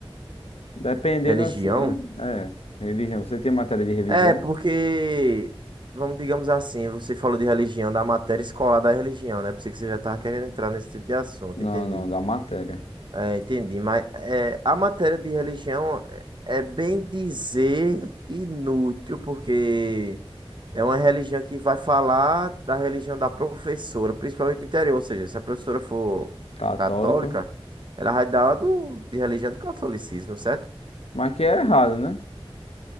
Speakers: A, on the left (about 85°); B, on the right (about 50°).
A: dependendo
B: Religião.
A: assim, é. é, Religião. Você tinha matéria de religião?
B: É, porque, vamos, digamos assim, você falou de religião, da matéria escolar da religião, né? Pensei que você já tava querendo entrar nesse tipo de assunto,
A: Não,
B: entendi.
A: não, da matéria
B: É, entendi, mas é, a matéria de religião é é bem dizer inútil, porque é uma religião que vai falar da religião da professora, principalmente no interior, ou seja, se a professora for
A: católica.
B: católica, ela vai dar aula do, de religião do catolicismo, certo?
A: Mas que é errado, né?